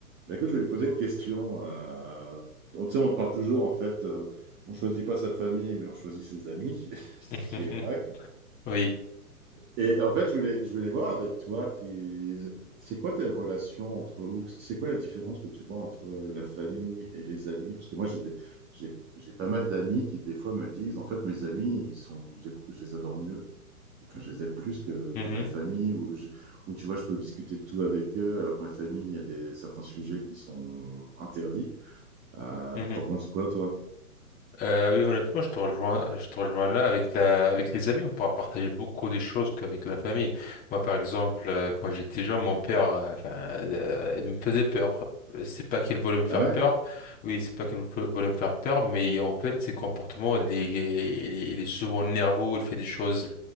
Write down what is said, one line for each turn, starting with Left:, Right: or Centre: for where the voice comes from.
Right: Mais écoute, je voulais te poser une question. Euh, tu sais, on parle toujours, en fait, euh, on choisit pas sa famille, mais on choisit ses amis, <laughs> ce
Left: <laughs>
Right: qui est vrai.
Left: Oui.
Right: Et en fait, je voulais, je voulais voir avec toi, qui, c'est quoi tes relations entre, ou c'est quoi la différence que tu vois entre la famille et les amis? Parce que moi, j'ai des- j'ai, j'ai pas mal d'amis qui, des fois, me disent, en fait, mes amis, ils sont, je, je les adore mieux, enfin, je les aime plus que,
Left: Mhm.
Right: que ma famille, ou je, ou tu vois, je peux discuter de tout avec eux, alors que ma famille, il y a des, certains sujets qui sont interdits. Euh,
Left: Mhm.
Right: t'en penses quoi, toi?
Left: Euh, oui, honnêtement, je te rejoins, je te rejoins là. Avec la, avec les amis, on pourra partager beaucoup des choses qu'avec la famille. Moi, par exemple, euh, quand j'étais jeune, mon père, euh, enfin, euh, il me faisait peur. Euh, C'est pas qu'il voulait me faire
Right: Ah ouais?
Left: peur. Oui, c'est pas qu'il me fe- voulait me faire peur, mais en fait, ses comportements, il est, il est, il est souvent nerveux, il fait des choses,